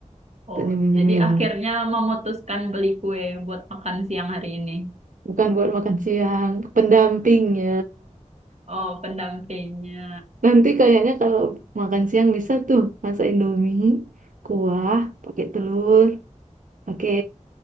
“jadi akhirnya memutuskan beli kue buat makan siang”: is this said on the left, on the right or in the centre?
Right